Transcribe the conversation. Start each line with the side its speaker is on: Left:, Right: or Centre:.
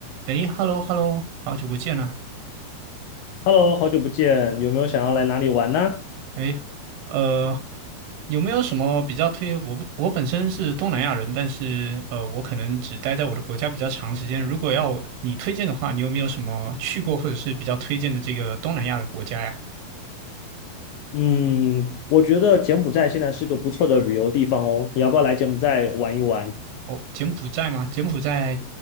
Right: 诶 h e l l o h e l l o 好久不见了。
Left: Hello，好久不见，有没有想要来哪里玩呢？
Right: 诶，呃，有没有什么比较推？我不我本身是东南亚人，但是呃，我可能只待在我的国家比较长时间。如果要你推荐的话，你有没有什么去过或者是比较推荐的这个东南亚的国家呀？
Left: 嗯，我觉得柬埔寨现在是个不错的旅游地方哦，你要不要来柬埔寨玩一玩？
Right: 哦，柬埔寨吗？柬埔寨，